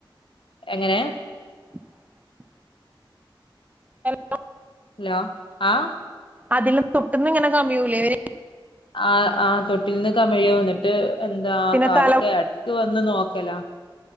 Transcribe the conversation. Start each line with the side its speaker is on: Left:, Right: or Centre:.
Left: എങ്ങനെയാ?
Right: <unintelligible> എം <unintelligible>
Left: ഹലോ ആ
Right: അതിൽ തൊട്ടിന്ന് ഇങ്ങനെ കമ്മിയൂലേ ഇവര്
Left: ആ ആ തൊ ട്ടിൽ നിന്ന് കമിയ വന്നിട്ട് എന്താ ആ
Right: പിന്നെ
Left: കാലൊക്കെ
Right: തല
Left: ഇടക്ക് വന്ന് നോക്കലാ